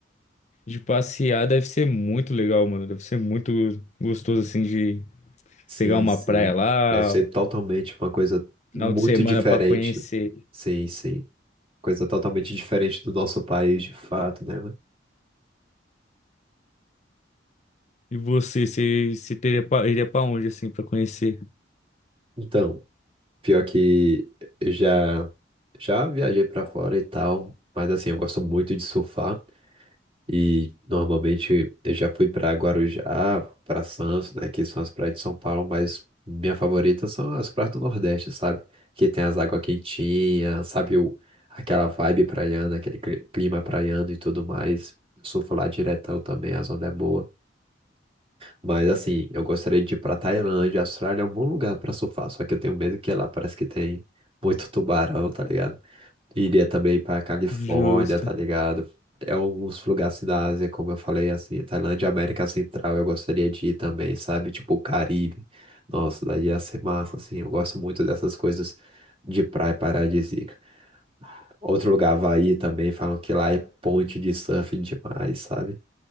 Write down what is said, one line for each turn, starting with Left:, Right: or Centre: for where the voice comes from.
Left: de passear deve ser muito legal, mano, deve ser muito gostoso assim de
Right: sim,
Left: pegar uma
Right: sim.
Left: praia lá,
Right: Deve ser totalmente uma coisa
Left: final
Right: muito
Left: de semana
Right: diferente.
Left: pra conhecer.
Right: Sim, sim. Coisa totalmente diferente do nosso país, de fato, né, mano?
Left: E você, você, você teria pa- iria pra onde assim pra conhecer?
Right: Então, Pior que eu já, já viajei pra fora e tal, mas assim, eu gosto muito de surfar e normalmente eu já fui pra Guarujá, pra Santos, né, que são as praias de São Paulo, mas minha favorita são as praias do Nordeste, sabe? Que tem as águas quentinhas, sabe? O, aquela vibe praiana, aquele cli- clima praiano e tudo mais. Eu surfo lá diretão também, a zona é boa. Mas assim, eu gostaria de ir pra Tailândia. A Austrália é um bom lugar pra surfar, só que eu tenho medo que lá parece que tem muito tubarão, tá ligado? Iria também pra Califórnia,
Left: Justo.
Right: tá ligado? É alguns lugares da Ásia, como eu falei, assim, Tailândia, América Central, eu gostaria de ir também, sabe? Tipo o Caribe. Nossa, daí ia ser massa, assim. Eu gosto muito dessas coisas de praia paradisíaca. Outro lugar, Havaí também, falam que lá é ponte de surf demais, sabe?